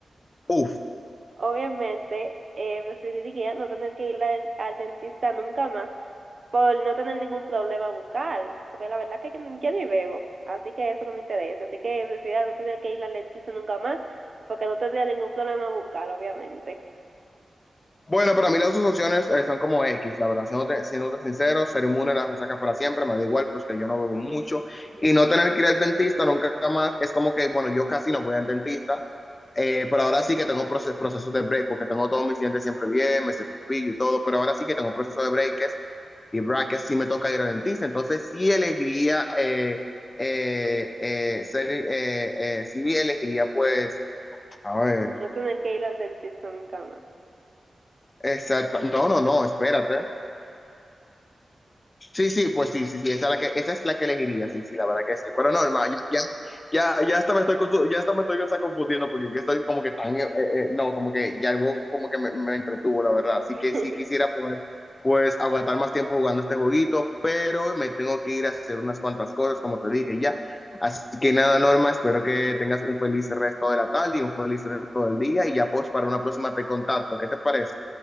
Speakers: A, on the left (about 25°); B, on the right (about 40°).
A: Uf,
B: Obviamente, eh, preferiría no tener que ir al, al dentista nunca más por no tener ningún problema bucal, porque la verdad es que yo, no- yo ni bebo, así que eso no me interesa, así que prefiero no tener que ir al dentista nunca más, porque no tendría ningún problema bucal, obviamente.
A: Bueno, para mí las dos opciones eh, son como X, la verdad, siéndote, siéndote sincero, ser inmune a las resacas para siempre, me da igual, pues que yo no bebo mucho, y no tener que ir al dentista nunca más, es como que, bueno, yo casi no voy al dentista, eh, pero ahora sí que tengo proces- procesos de break, porque tengo todos mis dientes siempre bien, me cepillo y todo, pero ahora sí que tengo proceso de breaks y brackets, sí me toca ir al dentista, entonces sí elegiría, eh, eh, eh, ser, eh, eh, sí elegiría, pues, a ver,
B: No tener que ir al dentista nunca más.
A: exacto, no, no, no, espérate. Sí, sí, pues sí, sí, sí, esa es la que, esa es la que elegiría, sí, sí, la verdad que
B: Exacto.
A: sí. Pero no, hermano, ya, ya, ya, ya hasta me estoy, confu- ya hasta me estoy hasta confundiendo porque es que estoy como que tan, eh, eh, no, como que ya algo como que me, me entretuvo, la verdad. Así
B: <laughs>
A: que sí quisiera poder, pues, aguantar más tiempo jugando este jueguito, pero me tengo que ir a hacer unas cuantas cosas, como te dije ya. Así que nada, Norma, espero que tengas un feliz resto de la tarde y un feliz resto del día y ya, pues, para una próxima te contacto. ¿Qué te parece?